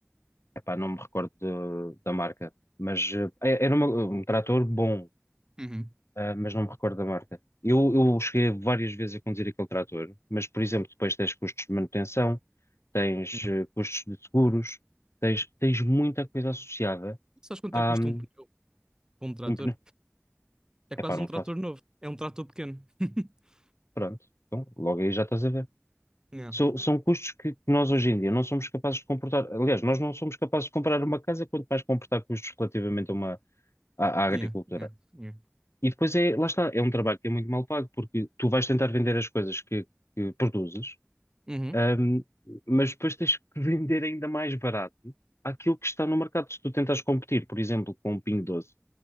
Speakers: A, on the left; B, on the right.
A: epá, não me recordo de- da marca, mas eh, era uma- um trator bom,
B: uhum.
A: ah, mas não me recordo da marca. Eu, eu cheguei várias vezes a conduzir aquele trator, mas, por exemplo, depois tens custos de manutenção, tens
B: Yeah.
A: eh, custos de seguros, tens, tens muita coisa associada
B: Sabes quanto
A: há
B: é que custa
A: hum,
B: um pneu para um trator?
A: um pneu.
B: É
A: Epá,
B: quase
A: não
B: um
A: faço.
B: trator novo. É um trator pequeno. <laughs>
A: Pronto, então logo aí já estás a ver.
B: Yeah,
A: So- são custos que, que nós hoje em dia não somos capazes de comportar. Aliás, nós não somos capazes de comprar uma casa, quanto mais comportar custos relativamente a uma, à, à agricultura.
B: yeah, yeah, yeah.
A: E depois é, lá está, é um trabalho que é muito mal pago, porque tu vais tentar vender as coisas que, que produzes,
B: Uhum,
A: hum, mas depois tens que <laughs> vender ainda mais barato aquilo que está no mercado. Se tu tentas competir, por exemplo, com o Pingo Doce,